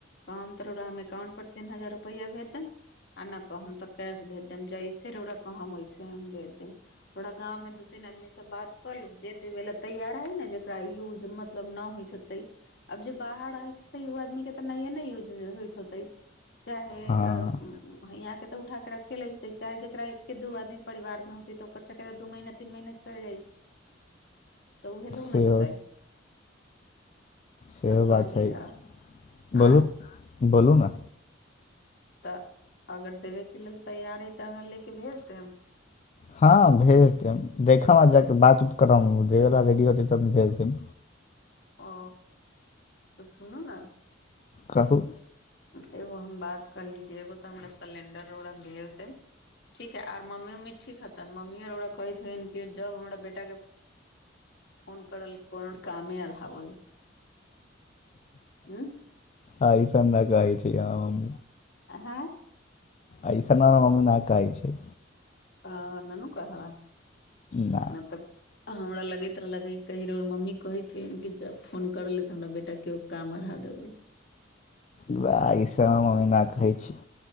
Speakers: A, on the left (about 60°); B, on the left (about 35°).
A: कहम तऽ रउरा हमे एकाउंट पर तीन हजार रुपैआ भेज देम। आ नहि कहब तऽ कैश भेज देम। जैसे रउरा कहम, ओइसे हम भेज देम। हमरा गाँवमे दू तीन आदमी से बात कऽ लू। जे देबे ला तैयार हइ ने जेकरा यूज मतलब न होइत हेतै अब जे बाहर रहैत होतै, ओ आदमीके तऽ नहिए ने यूज होइत होतै। चाहे
B: हँ
A: अह उम्म हैंया के तऽ उठा के रखे लैत हेतै, चाहे जेकरा एक्के दू आदमी परिवार मे होतै, तऽ ओकर सबके तऽ दू महिना तीन महिना चलि जाइ छै, तऽ उहे लोग
B: सेहो
A: ने देतै।
B: सेहो
A: आ कहली
B: बात हइ
A: ह
B: बोलू
A: आँ
B: बोलू ना।
A: तऽ अगर देबयके लेल तैयार हइ तऽ अहाँ ले के भेज देम।
B: हँ, भेज देम। देखब आ जाके बात-उत करम। ऊ देबे ला रेडी होतै तब हम भेज देम।
A: ओ तऽ सुनू ने
B: कहू।
A: एगो हम बात कहली कि एगो तऽ हमरा सिलेण्डर रउरा भेज देब ठीक हइ। आर मम्मी-उम्मी ठीक हेतन मम्मीओ रउरा कहैत हतिन कि जाउ हमरा बेटाके फोन करय ले, कोनो कामे अढ़ावले। उम्म?
B: आ अइसन नहि कहैत छै आ हम।
A: हाँए
B: अइसन हमरा मम्मी नहि कहै छै।
A: हँ ननू कहला?
B: ना
A: नहि तऽ हमरा लगैत रहले हे कहीं रउरा मम्मी कहैत होइन कि जब फोन करले तऽ हमरा बेटा के एगो काम अढ़ा दे <unintelligible>
B: उएह इसभ हमर मम्मी ना कहै छै।